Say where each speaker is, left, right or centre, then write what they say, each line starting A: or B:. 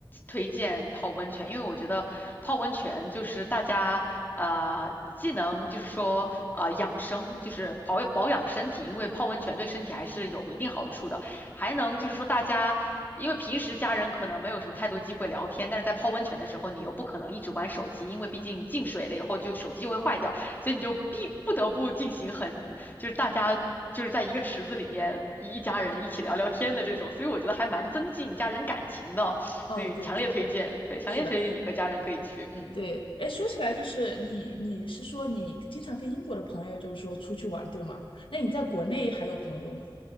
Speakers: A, on the left; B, on the left.
A: 推荐泡温泉，因为我觉得泡温泉就是大家呃既能就是说呃养生，就是保保养身体，因为泡温泉对身体还是有一定好处的，还能就是说大家因为平时家人可能没有什么太多机会聊天，但是在泡温泉的时候，你又不可能一直玩手机，因为毕竟进水了以后就手机就会坏掉，所以你就必不得不进行很就是大家就是在一个池子里面一一家人一起聊聊天的这种，所以我觉得还蛮增进家人感情的，
B: 嗯，
A: 所以强烈推荐，
B: 对对，
A: 对，强烈推荐你和家人可以去，
B: 是的，
A: 嗯。
B: 对。哎，说起来就是你，你是说你经常跟英国的朋友就是说出去玩，对吗？那你在国内还有朋友吗？